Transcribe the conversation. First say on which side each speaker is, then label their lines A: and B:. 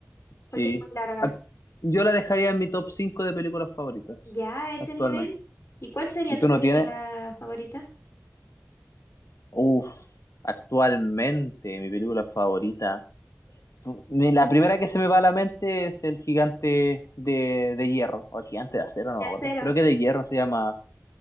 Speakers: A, on the left; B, on the left.
A: porque
B: Sí.
A: es muy larga.
B: Ac- Yo la dejaría en mi top 5 de películas favoritas
A: Ya a ese
B: actualmente.
A: nivel. ¿Y cuál sería
B: ¿Y
A: tu
B: tú no
A: película
B: tienes?
A: favorita?
B: Uf, actualmente mi película favorita. me- La primera que se me va a la mente es el gigante de, de hierro, o el gigante de acero,
A: De
B: no me
A: acero.
B: acuerdo. Creo que de hierro se llama.